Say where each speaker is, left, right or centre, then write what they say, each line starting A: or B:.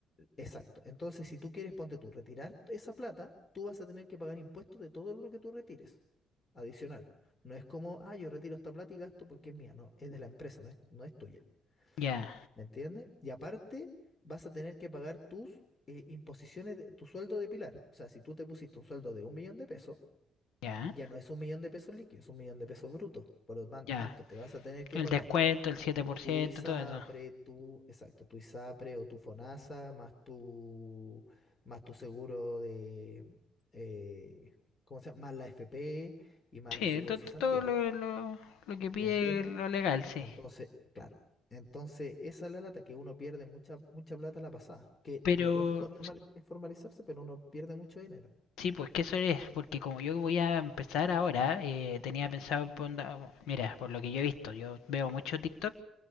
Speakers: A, on the left; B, on the left.
A: Exacto. Entonces, si tú quieres, ponte tú, retirar esa plata, tú vas a tener que pagar impuestos de todo lo que tú retires, adicional. No es como, ah, yo retiro esta plata y gasto porque es mía. No, es de la empresa, no es, no es tuya.
B: Ya,
A: ¿Me entiendes? Y aparte, vas a tener que pagar tus eh, imposiciones, de- tu sueldo de pilar. O sea, si tú te pusiste un sueldo de un millón de pesos,
B: ya,
A: ya no es un millón de pesos líquido, es un millón de pesos brutos. Por lo tan-
B: ya.
A: tanto, te vas a tener que
B: El
A: pagar
B: descuento, el siete por
A: tu
B: ciento,
A: ISAPRE,
B: todo eso.
A: tu, exacto, tu ISAPRE o tu FONASA, más tu, más tu seguro de, eh, ¿cómo se llama? Más la FP y más
B: Sí,
A: los seguros
B: to- to-
A: cesantía,
B: todo lo, lo, lo que pide
A: ¿me entiendes?
B: lo legal, sí.
A: Entonces, claro, entonces esa es la lata que uno pierde mucha, mucha plata a la pasada, que
B: Pero
A: lo lógico normal es formalizarse, pero uno pierde mucho dinero.
B: Sí, pues que eso es, porque como yo voy a empezar ahora, eh, tenía pensado, ponda- mira, por lo que yo he visto, yo veo mucho TikTok